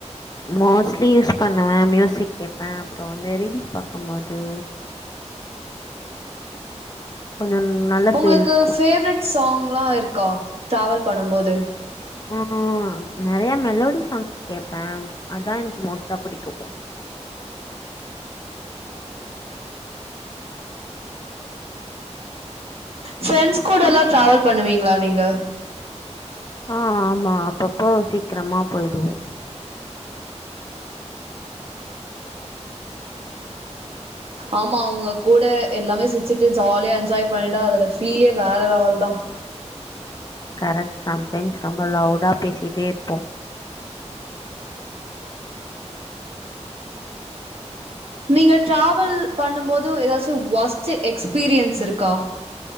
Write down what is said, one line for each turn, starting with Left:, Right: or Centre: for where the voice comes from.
Left: மோஸ்ட்லி யூஸ் பண்ணுவே மியூசிக் கேட்பே அப்பறம் வந்து ரீல்ஸ் பாக்கும்போது <inaudible> நல்ல
Right: உங்ளுக்கு
Left: ஃபீல் இருக்கும்
Right: ஃபேவரட் சாங் ங்கலா இருக்கா ட்ராவல் பண்ணும் போது
Left: ம் ஹூம் நெறைய மெலோடி சாங்ஸ் கேட்ப அதா எனக்கு மோஸ்ட்டா புடிக்கு
Right: ஃபிரெண்ட்ஸ் கூடலா டிராவல் பண்ணுவீங்ளா நீங்க
Left: ஆ ஆமா அப்பப்போ சீக்ரமா போய்டுவோ
Right: ஆமா அவுங்க கூட எல்லாமே சிர்ச்சிட்டு ஜாலியா என்ஜாய் பண்ட்டா அதோட ஃபீலே வேற லெவல் தா
Left: கரெட் சம்டைம்ஸ் ரொம்ப லவுடா பேசிட்டே இருப்போ
Right: நீங்க ட்ராவல் பண்ணும் போது ஏதாச்சும் ஒஸ்ட் எக்ஸ்பீரியன்ஸ் இருக்கா